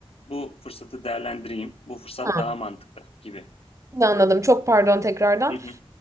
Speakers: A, on the left; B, on the right.
A: Bu fırsatı değerlendireyim, bu fırsat
B: Tamam.
A: daha mantıklı gibi.
B: Şimdi anladım. Çok pardon tekrardan.
A: Hı hı,